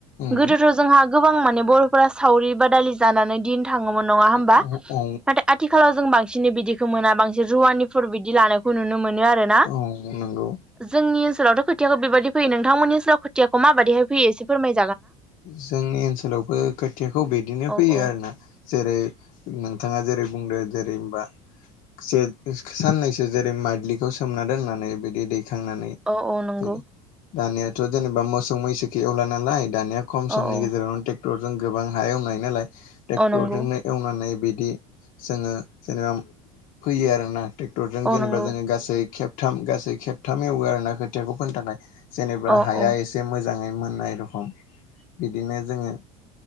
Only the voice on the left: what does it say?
औ
औ
औ
औ नंगौ
जोंनि ओनसोलावबो खोथियाखौ बिदिनो
फैयो
आरोना जेरै नोंथाङा जे बुंदो जेरै होमबा जेद साननैसो जेरै माइदलिखौ सोमना दोननानै बिदि दै थांनानै
जेरै दानियाथ' जेनेबा मोसौ मैसैखौ एवला नालाय दानिया खम समनि
गेजेराव टे रजों गोबां हा एवनो हायो नालाय ट्रेक्टरजोंनो
एवनानै बिदि बिदि जोङो जेनेबा फैयो आरोना ट्रेक्टरजों
जेनेबा
जोङो गासै खेब थाम गासै खेबथाम एवो आरो ना खोथियाखौ फोननो थाखायांनाय जेनेबा
हाया
एसे मोजाङै मोन एरखम बिदिनो जोङो